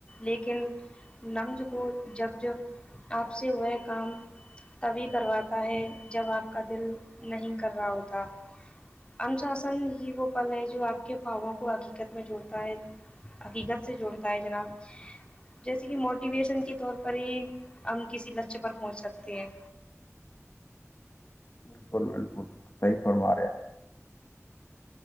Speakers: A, on the left (about 20°); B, on the left (about 45°).
A: لیکن نمز کو جب جب آپ سے وہ کام تبھی کرواتا ہے جب آپ کا دل نہیں کر رہا ہوتا انشاسن ہی وہ پل ہے جو آپ کے فاووں کو حقیقت میں جوڑتا ہے حقیقت سے جوڑتا ہے جناب جیسے کہ موٹیویشن کے طور پر ہی ہم کسی لچ پر پہنچ سکتے ہیں
B: بالکل بالکل صحیح فرما رہے آپ